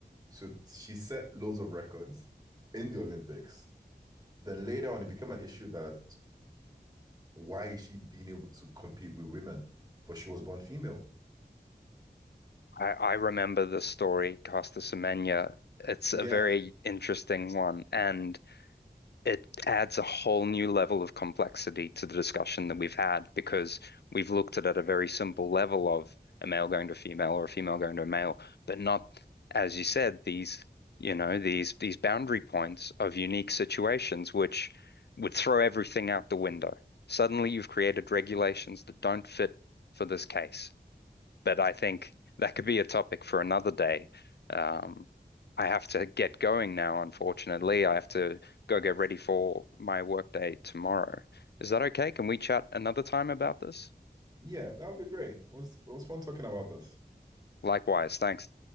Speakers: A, on the right; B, on the left.
A: So she set loads of records in the Olympics. Then later on, it became an issue that why is she being able to compete with women? But she was born female.
B: I, I remember the story, Casta Semenya. It's
A: Yeah.
B: a very interesting one, and it adds a whole new level of complexity to the discussion that we've had because we've looked at it at a very simple level of a male going to a female or a female going to a male, but not, as you said, these, you know, these these boundary points of unique situations which would throw everything out the window. Suddenly you've created regulations that don't fit for this case but I think that could be a topic for another day. Um, I have to get going now, unfortunately. I have to go get ready for my workday tomorrow. Is that okay? Can we chat another time about this?
A: Yeah, that would be great. It was it was fun talking about this.
B: Likewise, thanks.